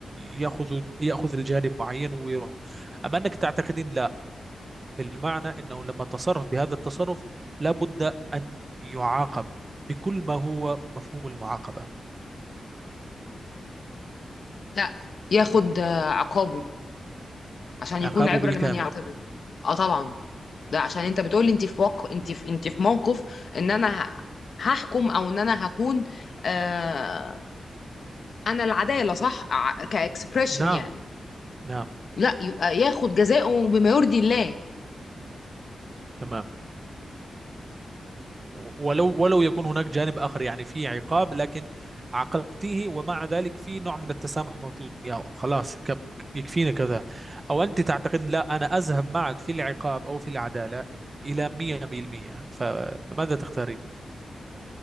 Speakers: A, on the right; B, on the left.
A: يأخذ يأخذ الجانب معين ويروح أما أنك تعتقدين لا بالمعنى أنه لما تصرف بهذا التصرف لابد أن يعاقب بكل ما هو مفهوم المعاقبة
B: ده ياخد آه، عقابه عشان
A: عقابه
B: يكون عبرة
A: بالكامل
B: لمن يعتبر اه طبعا ده عشان انت بتقولي انت في وق... انت في... انت في موقف ان انا ه- هحكم او ان انا هكون آه... انا العدالة صح ع- كاكسبريشن
A: نعم
B: يعني
A: نعم
B: لا يبقى ياخد جزاؤه بما يرضي الله
A: تمام ولو ولو يكون هناك جانب آخر يعني في عقاب لكن عاقبتيه ومع ذلك في نوع من التسامح موجود يا خلاص ك- يكفينا كذا أو أنت تعتقد لا أنا أذهب معك في العقاب أو في العدالة إلى 100% فماذا تختارين؟